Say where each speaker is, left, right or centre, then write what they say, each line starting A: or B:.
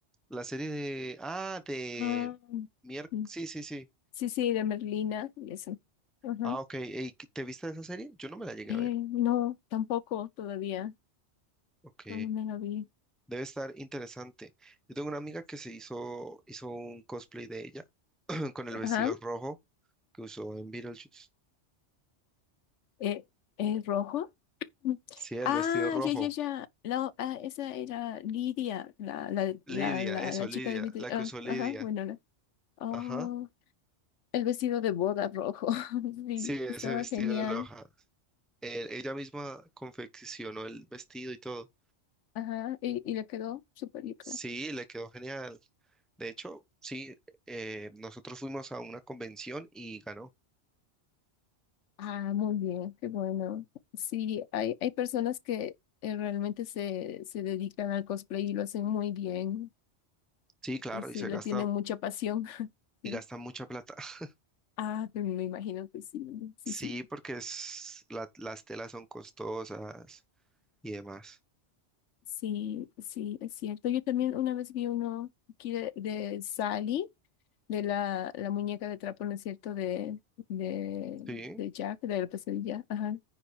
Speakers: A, in the centre; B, on the left.
A: La serie de... Ah, de...
B: Ah,
A: Mier...
B: mm,
A: Sí, sí, sí.
B: sí, sí, de Merlina y eso. Ajá.
A: Ah, ok. Ey, ¿te viste esa serie? Yo no me la llegué
B: Eh,
A: a ver.
B: no, tampoco todavía.
A: Ok.
B: No me la vi.
A: Debe estar interesante. Yo tengo una amiga que se hizo, hizo un cosplay de ella <clears throat> con el vestido
B: Ajá.
A: rojo que usó en Beetlejuice.
B: Eh, eh, rojo. Mm.
A: Sí, el
B: Ah,
A: vestido rojo.
B: ya, ya, ya. La, ah, esa era Lidia, la, la,
A: Lidia,
B: la, la,
A: eso,
B: la
A: Lidia,
B: chica de Lidia.
A: la
B: Ah,
A: que usó Lidia.
B: ajá, bueno, la. Oh.
A: Ajá.
B: El vestido de boda rojo, <laughs> sí,
A: Sí, ese
B: estaba
A: vestido
B: genial.
A: de Loja. Eh, ella misma confeccionó el vestido y todo.
B: Ajá, y, y le quedó súper bien
A: Sí, le quedó genial. De hecho, sí, eh, nosotros fuimos a una convención y ganó.
B: Ah, muy bien, qué bueno. Sí, hay, hay personas que eh, realmente se, se dedican al cosplay y lo hacen muy bien.
A: Sí, claro,
B: eh, Sí,
A: y se
B: le
A: gasta
B: tienen mucha pasión. <laughs>
A: y
B: Sí.
A: gasta mucha plata. <laughs>
B: Ah, pero me imagino que sí, sí,
A: Sí,
B: sí.
A: porque es, la- las telas son costosas y demás.
B: Sí, sí, es cierto. Yo también una vez vi uno aquí de, de Sally. de la, la muñeca de trapo, ¿no es cierto? De, de,
A: Sí,
B: de Jack, de la pesadilla, ajá.